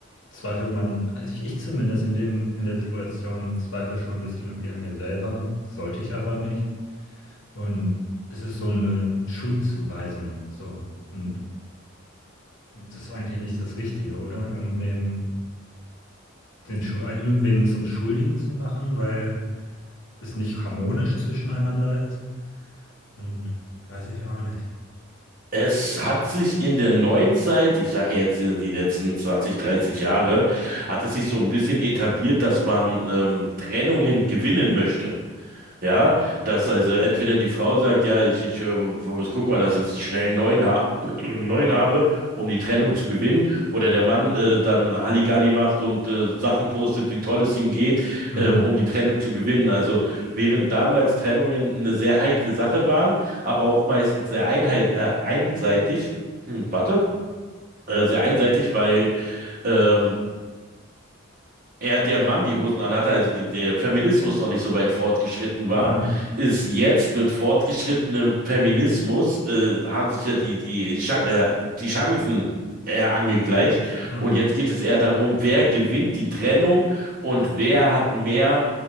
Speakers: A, on the left; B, on the right.
A: zweifelt man, also ich, ich zumindest in dem, in der Situation zweifle schon ein bisschen irgendwie an mir selber, sollte ich aber nicht. Und es ist so eine Schuldzuweisung, so. Und das ist eigentlich nicht das Richtige, oder? Irgendwem den Schul äh, irgendwen zum Schuldigen zu machen, weil es nicht harmonisch zwischeneinander ist. Und weiß ich auch nicht.
B: Es hat sich in der Neuzeit, ich sage jetzt äh, die letzten 20, 30 Jahre, hat es sich so ein bisschen etabliert, dass man ähm, Trennungen gewinnen möchte. Ja, dass also entweder die Frau sagt, ja, ich, ich äh, guck mal, dass ich schnell einen neuen, ha <clears throat> einen neuen habe, um die Trennung zu gewinnen, oder der Mann äh, dann Halligalli macht und äh, Sachen postet, wie toll es ihm geht,
A: Hm.
B: äh, um die Trennung zu gewinnen. Also während damals Trennungen eine sehr heikle Sache waren, aber auch meistens sehr einhei- äh, einseitig, <clears throat> hm, warte, äh, sehr einseitig, weil ähm, er der Mann die Hosen anhatte, also die, der Feminismus noch nicht so weit fortgeschritten war,
A: Mhm.
B: ist jetzt mit fortgeschrittenem Feminismus, äh, haben sich ja die, die, Cha- äh, die Chancen eher angegleicht.
A: Ja,
B: Und jetzt geht es eher darum, wer gewinnt die Trennung und wer hat mehr